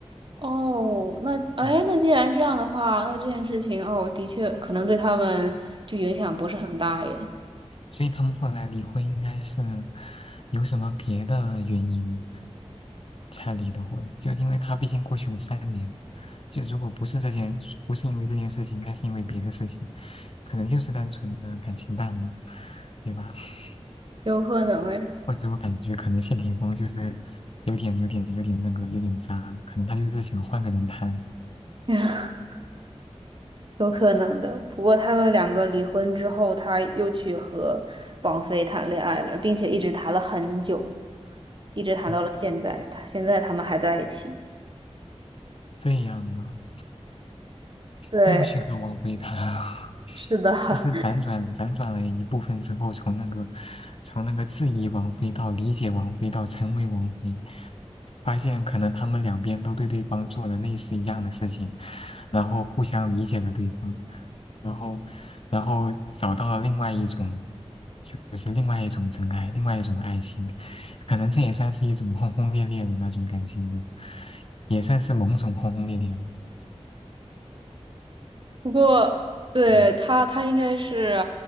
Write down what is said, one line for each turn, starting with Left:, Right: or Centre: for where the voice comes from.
Right: 哦，那哎，
Left: 嗯
Right: 那既然这样的话，那这件事情哦，的确可能对他们就影响不是很大耶，
Left: 所以他们后来离婚应该是有什么别的原因才离的婚，就因为他毕竟过去了三年，就如果不是这件，不是因为这件事情，应该是因为别的事情，可能就是单纯的感情淡了，对吧？<laughs>
Right: 有可能哎，
Left: 或者我感觉可能谢霆锋就是有点有点有点那个有点渣，可能他就是想换个人谈，
Right: <laughs> 有可能的。不过他们两个离婚之后，他又去和王菲谈恋爱了，并且一直谈了很久，一直谈到了现在。
Left: 哦，
Right: 他现在他们还在一起。
Left: 这样啊。
Right: 对，
Left: 又去和王菲谈啊，<laughs>
Right: 是的。<laughs>
Left: 这是辗转辗转了一部分之后，从那个从那个质疑王菲到理解王菲到成为王菲，发现可能他们两边都对对方做了类似一样的事情，然后互相理解了对方，然后然后找到了另外一种，就是另外一种真爱，另外一种爱情，可能这也算是一种轰轰烈烈的那种感情吧，也算是某种轰轰烈烈
Right: 不过，对他，
Left: 对吧。
Right: 他应该是